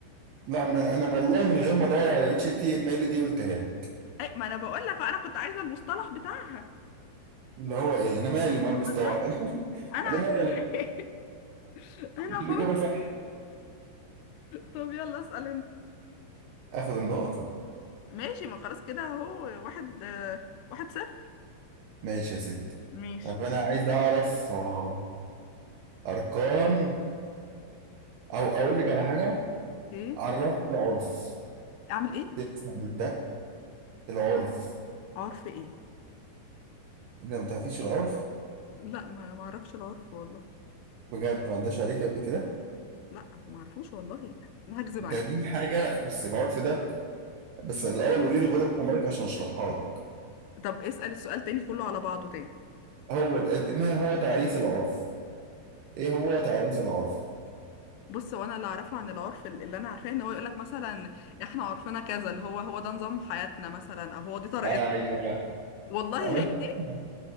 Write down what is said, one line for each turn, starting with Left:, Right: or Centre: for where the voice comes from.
Right: لا ما انا والله من غير ما ادور على الاتش تي ام ال دي قلتها لي
Left: اي ما انا بقول لك انا كنت عايزه المصطلح بتاعها
Right: اللي هو ايه انا مالي ومال
Left: هما
Right: مستوحى
Left: جافا
Right: <laughs>
Left: انا
Right: انا
Left: عايزاه
Right: مالي
Left: <laughs> انا
Right: مش
Left: حر
Right: الاجابه صح
Left: طب يلا اسال انت
Right: اخد النقطه
Left: ماشي ما خلاص كده اهو واحد آه، واحد صفر
Right: ماشي يا ست
Left: ماشي
Right: طب انا عايز اعرف آه، اركان او اقول لك على حاجه
Left: اوكي
Right: عرف العرف
Left: اعمل ايه
Right: تفهم من ده العرف
Left: عرف ايه
Right: اذا ما تعرفيش العرف
Left: لا ما ما اعرفش العرف والله
Right: بجد ما عداش عليك قبل كده
Left: لا ما اعرفوش والله انا هكذب
Right: ده
Left: عليك
Right: دي حاجه بس العرف ده بس الاول قولي لي غلب حمارك عشان اشرحها لك
Left: طب اسأل السؤال تاني كله على بعضه تاني
Right: هو ده- ما هو تعريف العرف ايه هو تعريف العرف
Left: بص هو انا اللي اعرفه عن العرف ال- اللي انا عارفاه ان هو يقولك مثلا احنا عرفنا كذا اللي هو هو ده نظام حياتنا مثلا او هو دي طريقتنا
Right: ايوه
Left: والله
Right: أما
Left: هي
Right: أنت
Left: دي
Right: فاهمها.